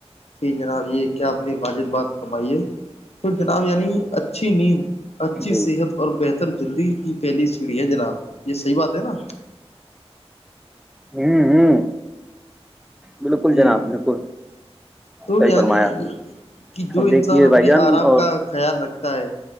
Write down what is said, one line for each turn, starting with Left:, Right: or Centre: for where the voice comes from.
Left: جی جناب یہ کیا آپ نے واجد بات فمائی ہے تو جناب یعنی اچھی نیند اچھی
Centre: جی
Left: صحت اور بہتر زندگی کی پہلی سیڑھی ہے جناب یہ صحیح بات ہے نا
Centre: ہوں ہوں بالکل
Left: جی
Centre: جناب بالکل
Left: تو
Centre: صحیح
Left: یعنی
Centre: فرمایا
Left: کہ جو
Centre: دیکھیے
Left: انسان اپنے
Centre: بھائی جان
Left: آرام
Centre: اور
Left: کا خیال رکھتا ہے